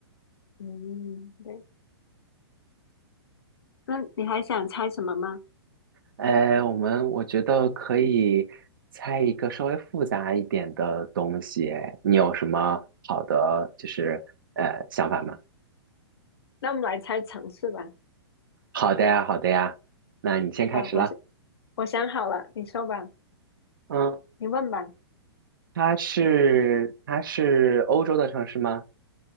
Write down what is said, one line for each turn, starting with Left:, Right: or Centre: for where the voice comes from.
Left: 嗯，对。那你还想猜什么吗？
Right: 哎，我们我觉得可以猜一个稍微复杂一点的东西，你有什么好的就是呃想法吗？
Left: 那我们来猜城市吧。
Right: 好的呀，好的呀，那你先开始啦。
Left: 啊，我想我想好了，你说吧，
Right: 嗯
Left: 你问吧。
Right: 它是它是欧洲的城市吗？